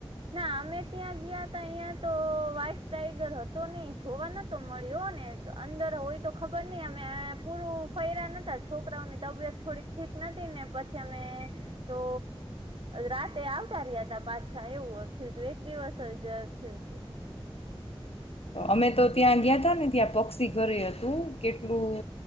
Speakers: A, on the right (about 60°); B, on the left (about 80°).
A: ના અમે ત્યાં ગયા ત અહં તો વ્હાઈટ ટાઈગર હતો નહ જોવા નતો મળ્યો ને અંદર હોય તો ખબર નઈ અમે પૂરું ફર્યા નતા છોકરાઓની તબિયત થોડી ઠીક નથી ને પછી અમે, તો, રાતે આવતા રહ્યા ત પાછા. એવું થયું તું એક દિવસ જ થયું તું.
B: અમે તો ત્યાં ગયા હતાા ને ત્યાં પક્ષી ઘરે હતું કેટલું